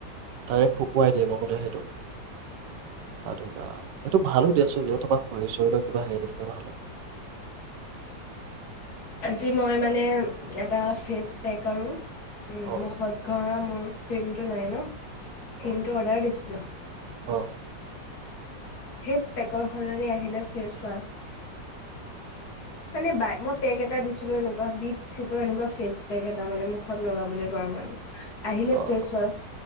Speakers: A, on the right; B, on the left.
A: ডাইৰেক্ট শুকুৱাই দিয়ে মগতে সেইটো, আৰু এইটো ভালো দিয়াচোন যিহেতু তোমাৰ শৰীৰ চৰীৰৰ কিবা হেৰি থাকিলে ভাল হয়।
B: আজি মই মানে এটা ফেচ পেক আৰু, উম,
A: অ',
B: মুখত ঘহা মোৰ ক্ৰীমটো নাই ন।
A: অ',
B: ক্ৰিমটো অৰ্ডাৰ দিছিলোঁ।
A: অ',
B: ফেচ পেকৰ সলনি আহিলে ফেচ ৱাছ। মানে বাই, মই পেক এটা দিছিলো এনেকুৱা, বিট চিটৰ এনেকুৱা ফেচ পেক এটা মানে, মুখত লগাবলৈ গৰমৰ দিনত। আহিলে
A: অ',
B: ফেচ ৱাচ।